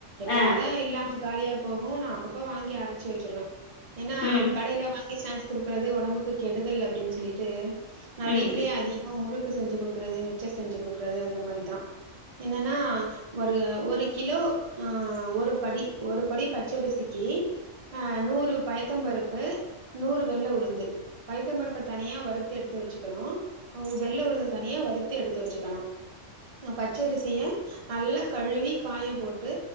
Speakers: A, on the right; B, on the left.
A: எப்யாவதா
B: ஆ
A: இல்லாம காலியா போகு நா அப்பப்ப வாங்கி அரைச்சு வச்சிருவே ஏன்னா
B: ம்
A: கடையில வாங்கி சினேக்ஸ் குடுக்குறது ஒடம்புக்கு கெடுதல் அப்டின்னு சொல்லிட்டு நா
B: ம்
A: வீட்லயே
B: ம்
A: அதிகமா முறுக்கு செஞ்சு குடுக்குறது மிச்சர் செஞ்சு குடுக்குறது அந்த மாரிதா என்னன்னா ஒரு ஒரு கிலோ அ ஒரு படி ஒரு படி பச்சரிசிக்கி அ நூறு பயத்த பருப்பு நூறு வெள்ள உளுந்து பயத்த பருப்ப தனியா வருத்து எடுத்து வச்சுக்கணு அ வெள்ள உழுந்த தனியா வருத் து எடுத்து வச்சுக்கணு பச்சரிசிய நல்லாக் கழுவி காயப் போட்டு